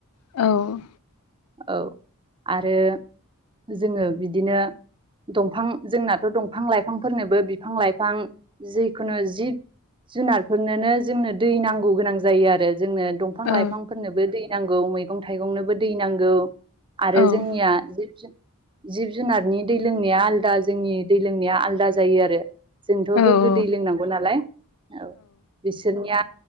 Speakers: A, on the left (about 85°); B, on the right (about 25°).
A: औ
B: औ आरो जोङो बिदिनो दंफां जोंनाथ दंफां लाइफांफोरनोबो बिफां लाइफां जिखुनु जिब जुनारफोरनोनो जोंनो दै नांगौ गोनां जायो आरो जोंनो। दंफां लाइफांफोरनोबो
A: औ
B: दै नांगौ मैगं थाइगंनोबो दै नांगौ। आरो
A: औ
B: जोंनिया जिब जिब जुनारनि दै लोंनाया आलदा जोंनि दै लोंनाया आलदा जायो आरो। जोंथ
A: औ
B: गोग्गो दै लोंनांगौ नालाय औ बिसोरनिया